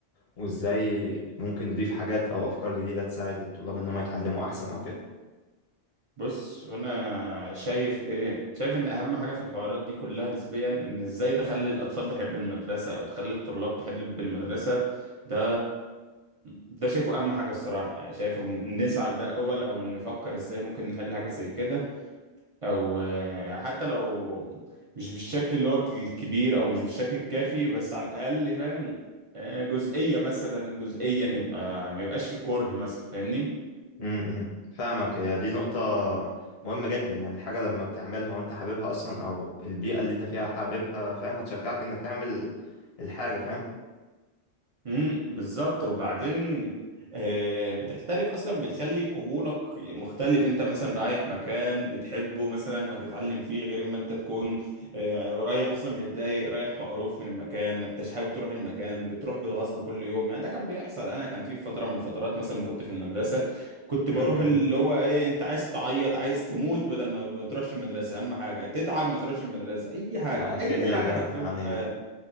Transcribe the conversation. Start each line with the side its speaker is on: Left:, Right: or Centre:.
Left: وازاي ممكن نضيف حاجات او افكار جديدة تساعد الطلاب ان هم يتعلموا احسن او كده
Right: بص وانا شايف ايه شايف ان اهم حاجه في الحوارات دي كلها نسبيا ان ازاي تخلي الاطفال تحب المدرسه او تخلي الطلاب تحب المدرسه ده ده شايفه اهم حاجه الصراحه يعني شايفه نسعى لده الاول او نفكر ازاي ممكن نحل حاجه زي كده او آه، حتى لو مش بالشكل اللي هو الكبير او مش بالشكل الكافي بس على الاقل فاهم آه، جزئيه مثلا جزئيا يبقى ما يبقاش في كره مثلا فاهمني
Left: امم امم. فاهمك هي دي نقطة مهمة جدا يعني الحاجة لما بتعملها وانت حاببها اصلا او البيئة اللي انت فيها حاببها فاهم هتشجعك انك تعمل الحاجة فاهم
Right: امم بالظبط وبعدين آه، بتختلف اصلا بتخلي قبولك مختلف انت مثلا رايح مكان بتحبه مثلا وهتتعلم فيه غير ما انت تكون آه، رايح اصلا متضايق رايح مقروف من المكان ما انتش حابب تروح المكان بتروح بالغصب كل يوم يعني ده كان بيحصل انا كان في فتره من الفترات مثلا ما كنت في المدرسه كنت
Left: امم
Right: بروح اللي هو ايه انت عايز تعيط عايز تموت بدل ما ما تروحش المدرسه اهم حاجه تتعب ما تروحش المدرسه اي حاجه
Left: اكد
Right: اي
Left: لك
Right: حاجه
Left: ده
Right: حرفيا
Left: يعني
Right: في الحياه